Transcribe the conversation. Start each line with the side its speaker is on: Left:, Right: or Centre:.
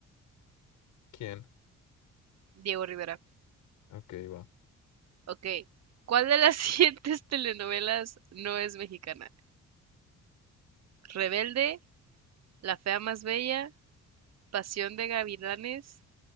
Left: ¿Quién?
Right: Diego Rivera.
Left: Ok, va.
Right: Ok. ¿Cuál de las <laughs> siguientes telenovelas no es mexicana? Rebelde, La fea más bella, Pasión de gavilanes